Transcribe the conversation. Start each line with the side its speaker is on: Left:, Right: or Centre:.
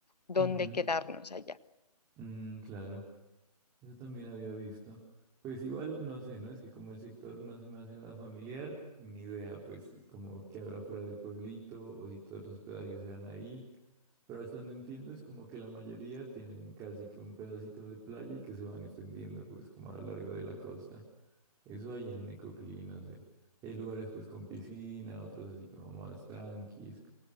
Left: dónde
Right: ujú,
Left: quedarnos allá.
Right: mm, claro, eso también había visto. Pues igual, no sé, ¿no? Es que como el sector no se me hace nada familiar, ni idea, pues como qué habrá fuera del pueblito o si todos los hospedajes eran ahí. Pero hasta donde entiendo es como que la mayoría tienen casi que un pedacito de playa y que se van extendiendo pues como a lo largo de la costa. Eso hay en Necoclí, no sé. Y hay lugares pues con piscina, otros así como más tranquis.